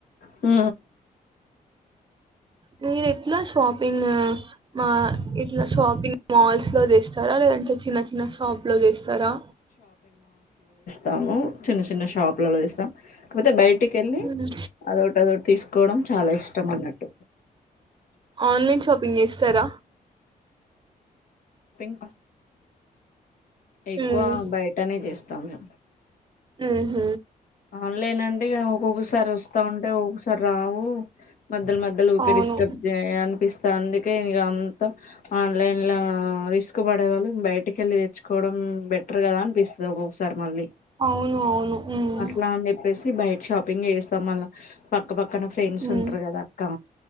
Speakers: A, on the left; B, on the right.
A: హ
B: నను ఎట్లా షాపింగ్ మా ఎట్లా షాపింగ్ మాల్స్ లో తెస్తారా లేదంటే చిన్న చిన్న శాప్ లోగేస్తారా
A: తాము చిన్న చిన్న షాపులలో ఇస్తాం కాకపోతే బైట్ టికి వెళ్ళి
B: మ్మ్.
A: అదొటి అదొట్ తీస్క్ కోవడం చాలా ఇష్టం అన్నట్టు
B: ఆన్లైన్ షాపింగ్ చేస్తారా
A: పింకా ఎక్కువ
B: ఉమ్
A: బయటనే చేస్తా సమే
B: హహ
A: ఆన్లైన్ అంటే ఇగ ఒక్కొక్కసారి వస్తా ఉంటే ఒక్కొక్కసారి రావు. మధ్యలు మధ్యలో ఊకె
B: అవును
A: డిస్టబ్ చేయ అనిపిస్ త అందుకే నేను ఇక అంతా ఆన్లైన్లో రిస్క్ పడేవాళ్ళు బయటికి వెళ్ళి తెచ్చుకోవడం, బెటర్ కదా అనిపిస్తుంది. ఒక్కొక్కసారి మళ్ళీ
B: అవును అవును ఉమ్
A: అట్లా అని చెప్పేస్ తి బైట్ షాపింగ్ ఏస్తాం మళ్ళ పక్క పక్ క్కన ఫ్రెండ్స్
B: ఉమ్
A: ఉంటారు కదా అక్క